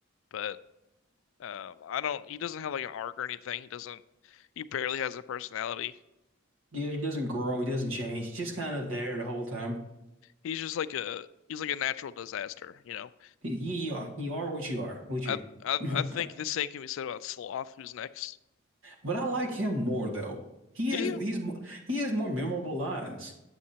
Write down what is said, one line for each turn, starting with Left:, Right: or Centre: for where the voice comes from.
Left: But um, I don't. He doesn't have like an arc or anything. He doesn't. He barely has a personality.
Right: Yeah, he doesn't grow, he doesn't change. He's just kind of there the whole time.
Left: He's just like a he's like a natural disaster, you know.
Right: You are, you are what you are, what
Left: I
Right: you.
Left: I
Right: <laughs>
Left: I think the same can be said about Sloth, who's next.
Right: But I like him more though. He
Left: Do
Right: has
Left: you?
Right: he's mo- he has more memorable lines.